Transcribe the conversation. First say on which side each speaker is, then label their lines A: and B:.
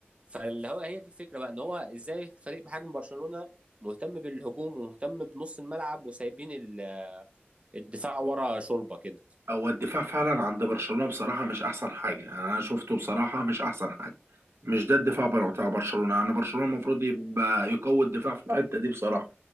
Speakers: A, on the right; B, on the right.
A: فاللي هو هي دي الفكره بقى ان هو ازاي فريق بحجم برشلونه مهتم بالهجوم ومهتم بنص الملعب وسايبين ال الدفاع ورا شوربه كده
B: هو الدفاع فعلا عند برشلونة بصراحة مش أحسن حاجة يعني أنا شفته بصراحة مش أحسن حاجة مش ده الدفاع بر- بتاع برشلونة يعني برشلونة المفروض يبقى يقوي الدفاع في الحتة دي بصراحة